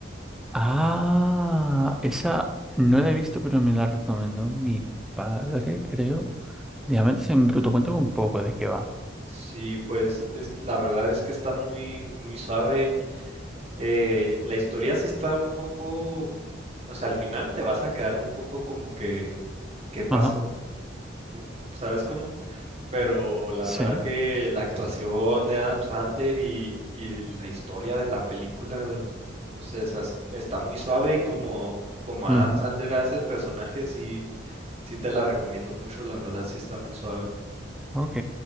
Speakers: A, in the centre; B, on the right.
A: Ah, esa no la he visto, pero me la recomendó mi padre, creo. Diamantes en bruto, cuéntame un poco de qué va.
B: Sí, pues es- la verdad es que está muy, muy suave. Eh, la historia sí está un poco O sea, al final te vas a quedar un poco como que, ¿qué pasó?
A: Ajá,
B: Uy, ¿Sabes cómo? Pero la
A: sí.
B: verdad que la actuación de Adam Sandler y, y la historia de la película, o sea, esas- está muy suave y como, como Adam
A: ujú,
B: Sandler hace el personaje, sí, sí te la recomiendo mucho, la verdad, sí está muy suave.
A: Ok,